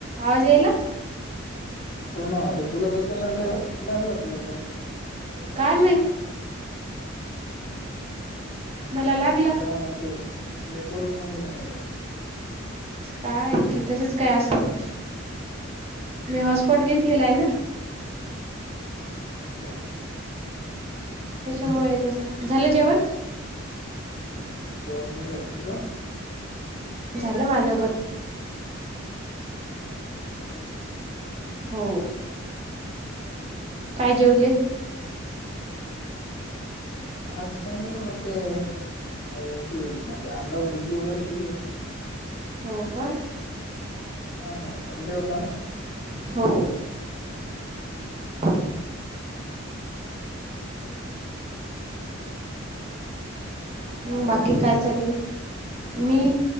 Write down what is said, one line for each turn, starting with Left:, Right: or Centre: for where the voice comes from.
Right: आवाजयेईला?
Left: हो ना आता तुला कसं लाग, लागला तुला. पण
Right: काय माहित, मला लागला
Left: ना ते नेटवर्क मध्ये नाही भवतेक,
Right: काय आहे कि तसच काय असल मग,
Left: हा
Right: मी हॉटस्पॉट घेतलेला आहेना.
Left: <inaudible>
Right: त्याच्यामुळे तस, झालं जेवण?
Left: जेवण झालं, तुझ.
Right: झालं, माझ पण.
Left: <inaudible>
Right: हो, काय जेवले?
Left: आज काही नाही व ते, याची म्हणजे अंडा बुर्जी वगैरे केली.
Right: हो, का
Left: हा संडे होताना.
Right: हो,
Left: म्हणून
Right: <unintelligible> हम्,
Left: तू
Right: बाकी
Left: जेवलीस
Right: काय चालू आहे. मी,